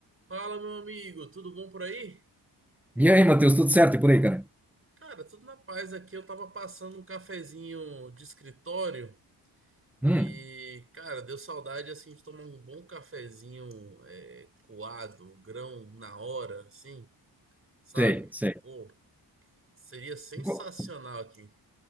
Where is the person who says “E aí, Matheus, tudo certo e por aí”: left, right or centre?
Centre